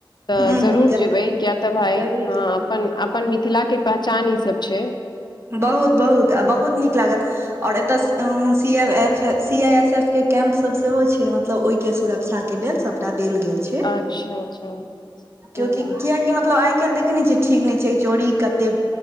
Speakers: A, on the left (about 55°); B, on the right (about 30°).
A: तऽ
B: हूँ
A: जरूर
B: हूँ
A: जेबै किया तऽ भााय
B: जरूर
A: हँ
B: जरूर
A: अपन अपन मिथिलाके पहचान ईसभ छै
B: बहुत बहुत आ बहुत नीक लागत आओर एतय सी‌आई। एस एफ के कैम्प सब सेहो छै मतलब ओहिके सुरक्षा के के लेल सबटा देल गेल छै
A: अच्छा अच्छा हँ
B: कियकि मतलब आइ काल् देखे नहि छ ठीक नहि छै चोरी कते